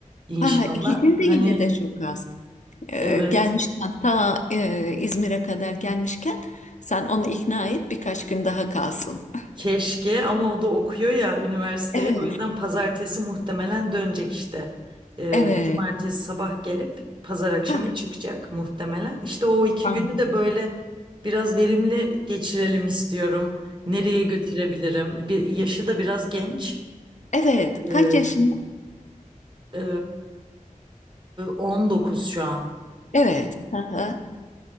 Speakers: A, on the right; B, on the left.
A: inşallah
B: Ha, ha. İki gün
A: hani
B: de yine de çok az. Ee,
A: evet
B: gelmişken ta e, İzmir'e kadar gelmişken sen onu ikna et birkaç gün daha kalsın.
A: Keşke ama o da okuyor ya üniversiteye.
B: Evet.
A: O yüzden pazartesi muhtemelen dönecek işte. Ee,
B: Evet.
A: cumartesi sabah gelip pazar akşamı
B: Ha, ha.
A: çıkacak muhtemelen. İşte o iki
B: Anladım.
A: günü de böyle biraz verimli geçirelim istiyorum. Nereye götürebilirim? Bir, yaşı da biraz genç.
B: Evet.
A: Ee,
B: Kaç yaşın? <laughs>
A: e, 19 şu an.
B: Evet. Hı hı.